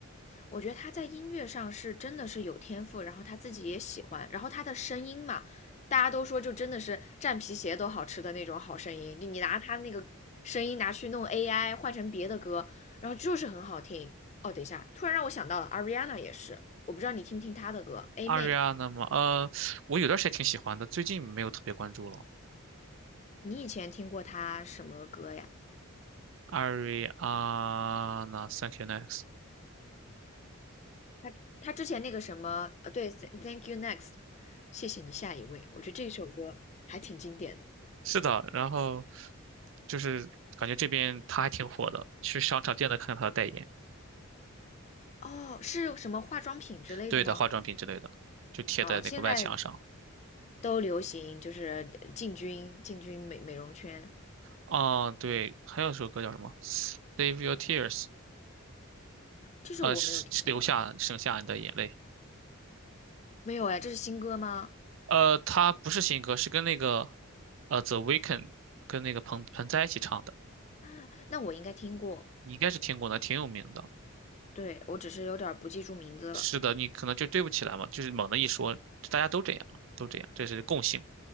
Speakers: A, on the left (about 30°); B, on the right (about 60°).
A: 我觉得他在音乐上是真的是有天赋，然后他自己也喜欢，然后他的声音嘛，大家都说就真的是蘸皮鞋都好吃的那种好声音，你你拿他那个声音拿去弄 AI 换成别的歌，然后就是很好听。哦，等一下，突然让我想到了 Ariana 也是，我不知道你听不听她的歌，A
B: Ariana
A: 妹，
B: 嘛，呃，我有段时间挺喜欢的，最近没有特别关注了。
A: 你以前听过她什么歌呀？
B: Ariana，Thank you next。
A: 他他之前那个什么，呃，对，Thank You Next，谢谢你下一位，我觉得这首歌还挺经典的。
B: 是的，然后。就是感觉这边他还挺火的，去商场见的看看他的代言，
A: 哦，是什么化妆品之类的吗？
B: 对的，化妆品之类的，就贴在那个外墙上。
A: 哦，现在都流行就是呃进军进军美美容圈，
B: 哦，对，还有一首歌叫什么？Save Your Tears，
A: 这首我没有听过，
B: 呃，是是留下省下你的眼泪。
A: 没有哎，这是新歌吗？
B: 呃，它不是新歌，是跟那个呃 The Weeknd 跟那个彭彭栽一起唱的，
A: 啊，那我应该听过，
B: 你应该是听过的，挺有名的。
A: 对，我只是有点儿不记住名字了。
B: 是的，你可能就对不起来嘛，就是猛的一说，大家都这样，都这样，这是共性。